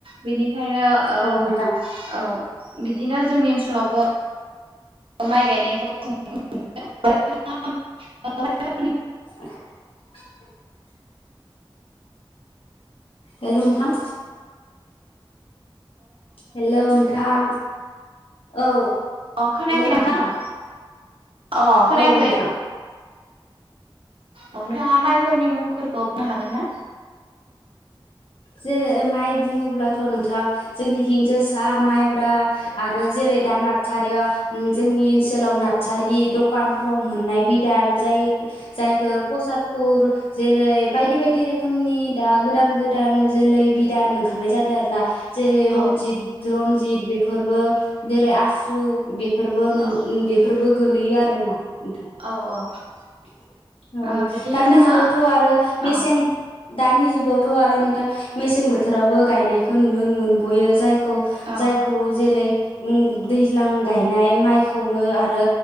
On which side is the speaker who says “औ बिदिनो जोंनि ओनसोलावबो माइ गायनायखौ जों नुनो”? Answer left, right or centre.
Right